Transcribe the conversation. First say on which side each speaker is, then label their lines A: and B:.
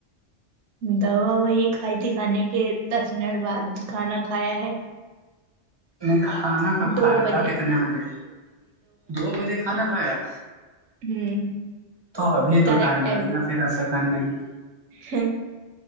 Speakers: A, on the right; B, on the right.
A: دوا وہی کھائی تھی کھانے کے دس منٹ بعد کھانا کھایا ہے
B: میں کھانا کب
A: دو
B: کھایا
A: بجے
B: تھا کتنے بجے دو بجے کھانا کھایا
A: ہوں
B: تو ابھی
A: کریکٹ
B: تو ٹائم لگے گا پھر ایسا کرنے میں
A: ہاں